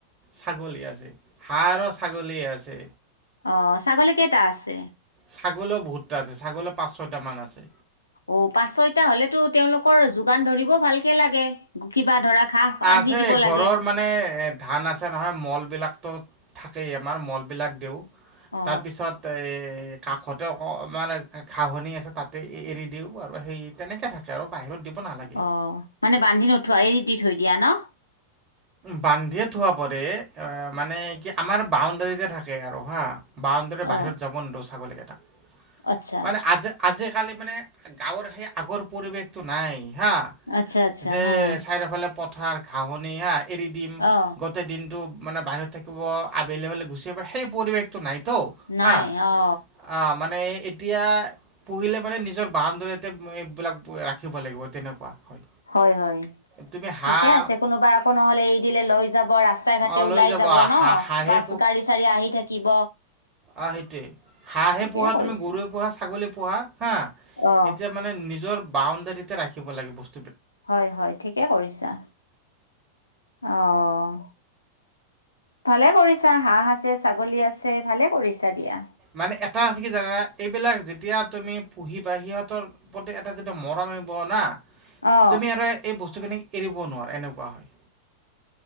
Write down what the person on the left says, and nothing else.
অ ছাগলী কেইটা আছে?
অ' পাঁচ-ছয়টা হ'লেতো তেওঁলোকৰ যোগান ধৰিব ভালকে লাগে, কিবা ধৰা ঘাঁহ
আনি দিব
লাগে
অ
অ', মানে বান্ধি নোথোৱা, এৰি দি থৈ দিয়া ন?
অ
আচ্ছা
আচ্ছা আচ্ছা
হা
অ
নাই
অ
হয়-হয়,
ঠিকে আছে কোনোবাই আকৌ নহ'লে এৰি দিলে লৈ যাব। ৰাস্তাই ঘাটে
ওলাই
যাব ন
বাছ গাড়ী চাৰী আহি থাকিব।
ঠিকে
কৰিছা
অ
হয় হয়, ঠিকে কৰিছা। অ'। ভালে কৰিছা হাঁহ আছে ছাগলী আছে ভালে কৰিছা দিয়া।
অ